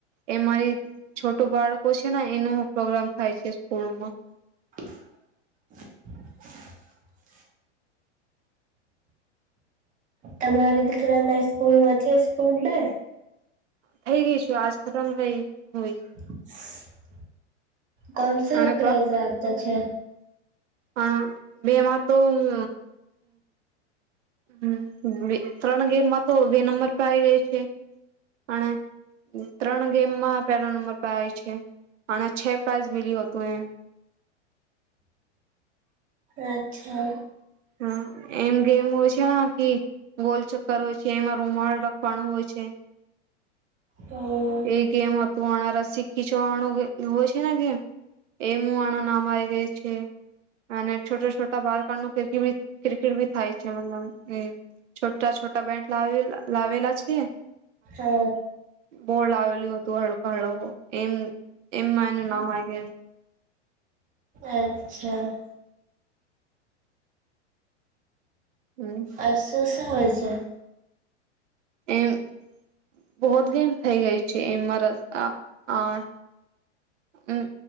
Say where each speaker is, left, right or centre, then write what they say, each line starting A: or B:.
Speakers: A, on the right (about 85°); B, on the right (about 25°).
A: એ મારી છોટું બાળકો છે ને. એનો પ્રોગ્રામ થાય છે સ્કૂલમાં
B: <unintelligible> તમારે દીકરા ના સ્કૂલોમાં છે સ્પોર્ટ ડે?
A: થઈ ગઈ છું આજ ખતમ થઈ.
B: <unintelligible>
A: હોય છે
B: કોણસા
A: અને
B: પ્રાઇઝ આવતા છે. હ.
A: હ બે એમાં તો હ. હમ, હ. ત્રણ ગેમમાં તો બે નંબર પર આવી ગઈ છે, અને ત્રણ ગેમમાં પેલા નંબર પર આવે છે, અને છે પ્રાઇઝ મિલ્યું હતું એમ.
B: અચ્છા.
A: હા, એમ ગેમ હોય છે કે ગોલચક્કર હોય છે, એમાં રૂમાળ રખવાનું હોય છે.
B: હમ
A: એ ગેમ તું આણ રસી ખીચવા વાનું હોય છે ને, કે એમું આણ નામ આવી ગઈ છે, અને છોટા છોટા બાળકનું. ક્રિકેટ ભી થાય છે મતલબ એ. છોટા છોટા બેન્ટ લાવેલા લાવેલા છે.
B: હમ.
A: ગોળ આવેલું હતું, હળકો હળકો એમ. એમમાંનુ નવાયગે. <unintelligible>
B: અચ્છા, અચ્છા.
A: હમ
B: અરસું. તો હાજર.
A: એ <unintelligible> થઇ ગઈ છે એ મારા આ. મ